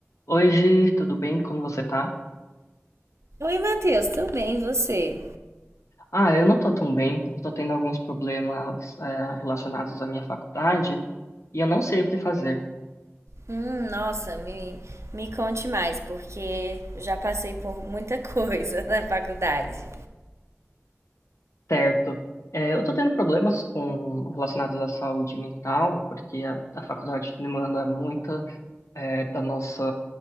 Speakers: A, on the left; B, on the right.
A: Oi, Gi, tudo bem? Como você tá?
B: Oi, Matheus, tudo bem? E você?
A: Ah, eu não tô tão bem. Eu tô tendo alguns problemas, é, relacionados à minha faculdade e eu não sei o que fazer.
B: Hum, nossa, me, me conte mais, porque eu já passei por muita coisa <laughs> na faculdade.
A: Certo. É, eu tô tendo problemas com relacionados à saúde mental, porque a, a faculdade demanda muito, é, da nossa,